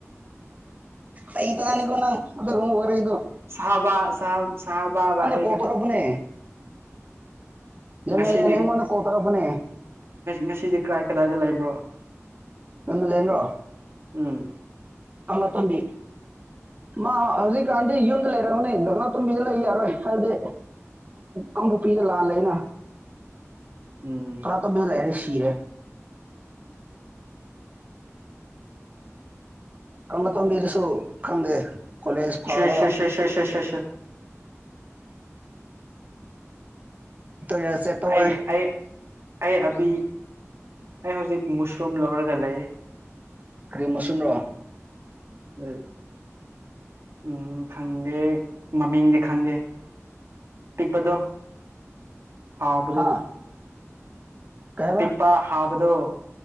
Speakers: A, on the right (about 30°); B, on the right (about 55°).
A: ꯑꯩꯩ ꯇꯅꯤꯒꯣꯟꯅꯪ ꯑꯣꯏꯔꯣ
B: ꯁꯍꯕ ꯁꯥꯍ ꯁꯍꯕꯕ ꯑꯩꯒ
A: ꯀꯣꯜ ꯇꯧꯔꯛꯄꯅꯦ ꯂꯦꯃꯦꯂꯦꯟ
B: ꯉꯁꯤꯗꯤ
A: ꯑꯩꯉꯣꯟꯗ ꯀꯣꯜ ꯇꯧꯔꯛꯄꯅꯦ
B: ꯉꯁꯤꯗꯤ ꯀ꯭ꯔꯥꯏ ꯀꯗꯥꯏꯗ ꯂꯩꯕ <unintelligible>
A: ꯅꯟꯅ ꯂꯩ ꯌꯦꯟꯣ
B: ꯎꯝ
A: ꯀꯪꯂ ꯇꯣꯝꯕꯤ ꯃꯥ ꯍꯧꯖꯤꯛꯀꯥꯟꯗꯤ ꯌꯨꯝꯗ ꯂꯩꯔꯝꯑꯅꯤ ꯂ ꯇꯣꯝꯕꯤꯗ ꯂꯩ ꯌꯥꯔꯣꯏ ꯍꯥꯏꯕꯗꯤ ꯀꯥꯡꯕꯨ ꯄꯤꯔ ꯂꯥꯜꯂ ꯑꯅ
B: ꯎꯝ
A: ꯑꯇꯣ ꯃ ꯂꯩꯅꯤ ꯀꯤꯔꯦ ꯀꯂ ꯇꯣꯕꯤꯔꯁꯨ ꯈꯪꯗꯦ ꯀꯣꯂꯦꯖ ꯐꯕ
B: ꯁꯤ ꯁꯤꯦ ꯁꯤꯦ ꯁꯤꯦ ꯁꯤꯦ ꯁꯤꯦ ꯁꯤꯦ
A: ꯌꯥꯁꯦ ꯇꯣ
B: ꯑꯩ
A: ꯍꯣꯏ
B: ꯑꯩ ꯑꯩ ꯑꯕꯤ ꯑꯩ ꯍꯧꯖꯤꯛ ꯃꯨꯁꯔꯨꯝ ꯂꯧꯔꯒ ꯂꯩ
A: ꯀꯔꯤꯝ ꯃꯁꯨꯝ ꯔꯣ
B: ꯎꯝ ꯎꯝ ꯈꯪꯗꯦ ꯃꯃꯤꯡꯗꯤ ꯈꯪꯗꯦ ꯄꯤꯛꯄꯗꯣ ꯍꯥꯥꯎꯕꯗꯣ
A: ꯍꯥ ꯀꯩ ꯍꯥꯏꯕ
B: ꯄꯤꯛꯄ ꯍꯥꯎ ꯑꯕꯗꯣ